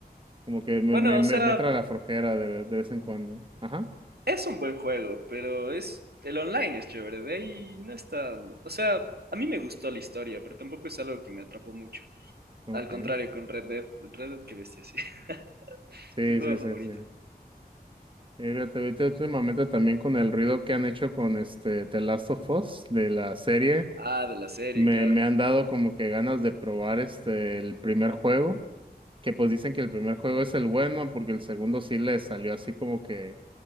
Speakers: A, on the right; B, on the right.
A: como que me,
B: Bueno,
A: me,
B: o
A: me,
B: sea,
A: me entra la flojera de, de vez en cuando. Ajá,
B: Es un buen juego, pero es el online es chévere, de ahí no está, o sea, a mí me gustó la historia, pero tampoco es algo que me atrapó mucho.
A: ok.
B: Al contrario, con Red Dead, Red Dead, qué bestia, sí. <laughs> Es
A: Sí,
B: mi juego
A: sí, sí,
B: favorito.
A: sí. Fíjate, ahorita últimamente también con el ruido que han hecho con este The Last of Us de la serie,
B: Ah, de la serie,
A: me,
B: claro.
A: me han dado como que ganas de probar este el primer juego, que pues dicen que el primer juego es el bueno, porque el segundo sí le salió así como que